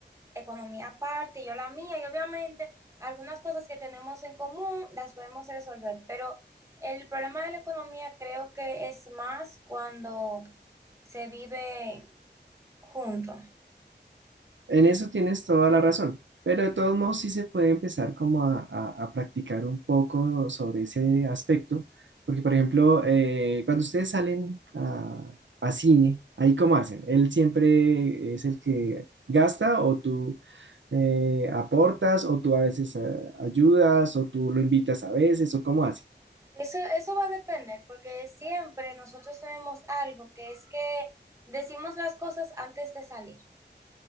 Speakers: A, on the right; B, on the right.
A: economía aparte, yo la mía, y obviamente algunas cosas que tenemos en común las podemos resolver, pero el problema de la economía creo que es más cuando se vive junto.
B: En eso tienes toda la razón, pero de todos modos sí se puede empezar como a, a- a practicar un poco sobre ese aspecto, porque por ejemplo, eh, cuando ustedes salen a, a cine, ahí cómo hacen, él siempre es el que gasta o tú eh, aportas o tú a veces eh, ayudas o tú lo invitas a veces o cómo hace.
A: Eso, eso va a depender, porque siempre nosotros tenemos algo que es que decimos las cosas antes de salir.